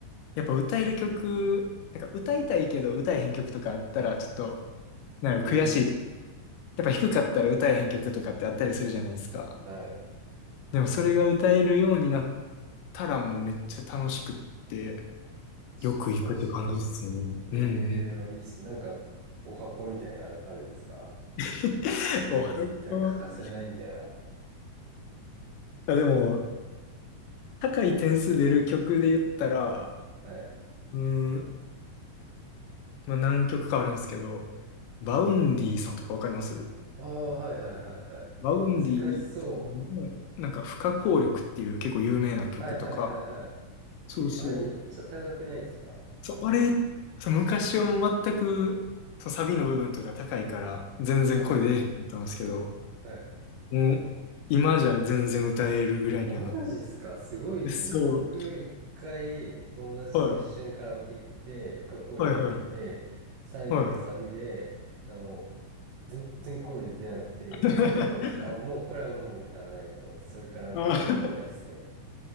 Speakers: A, on the left (about 85°); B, on the right (about 80°).
A: やっぱ歌える曲、なんか歌いたいけど歌えへん曲とかあったらちょっと、なんやろ悔しい。
B: ー、うん。
A: やっぱ低かったら歌えへん曲とかってあったりするじゃないですか。
B: はい。
A: でもそれが歌えるようになったらもうめっちゃ楽しくって、よく行くって感じですよね。
B: 確かに楽しいな。ええー、
A: うんうん。
B: いいっす。なんか、お箱みたいなのあるあるんですか
A: <laughs>
B: これも絶対欠かせないみたいな。
A: おはよう。あ、でも、高い点数出る曲で言ったら、
B: はい。
A: うーん、まあ、何曲かあるんですけど、バウンディさんとかわかります
B: ああ、はいはいはいはい。
A: バウンディの、
B: え、難しそ
A: なんか、不可抗力っていう結構有名な曲とか、
B: う。はいはいはいはい。
A: そうそう。
B: え、あれめっちゃ高くないですか
A: そう、あれ、そう昔はもう全く、そうサビの部分とか高いから、全然声出えへんかったんですけど、
B: はい。はい。
A: もう、今じゃ全然歌えるぐらいにはなっ
B: お、マジっすかすごいですね。
A: て。
B: 僕、
A: そう。
B: 一回、友達と一緒にカラオケ行って、
A: はい。
B: 不可抗力入れて、
A: はいはい。
B: 最後のサビで、
A: はい。
B: あの、全然声出なくて、
A: <laughs>
B: 大事故になって、あ、もうこれはもう歌わないと思って、それから歌ったことないですね。
A: あー